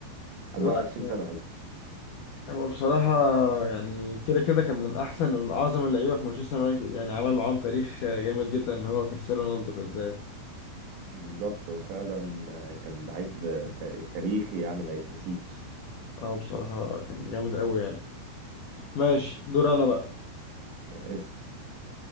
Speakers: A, on the right (about 65°); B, on the left (about 75°).
A: 24
B: لا يعني
A: سنة قصدي
B: هو بصراحة يعني كده كده كان من أحسن من أعظم اللعيبة في مانشستر يونايتد يعني عمل معاهم تاريخ جامد جدا هو كريستيانو رونالدو بالذات
A: بالظبط هو فعلا آه، كان لعيب آه، تا- تاريخي يعني ما يتنسيش
B: اه بصراحة كان جامد أوي يعني ماشي دور أنا بقى
A: اسأل